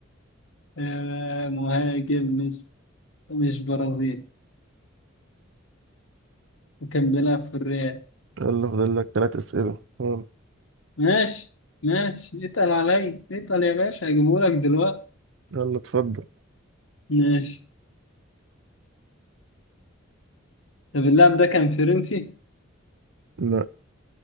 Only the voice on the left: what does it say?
آه، مهاجم مش مش برازيلي وكان بيلعب في الريال
ماشي ماشي اتقل عليا اتقل يا باشا هجيبهولك دلوقتي
ماشي طب اللاعب ده كان فرنسي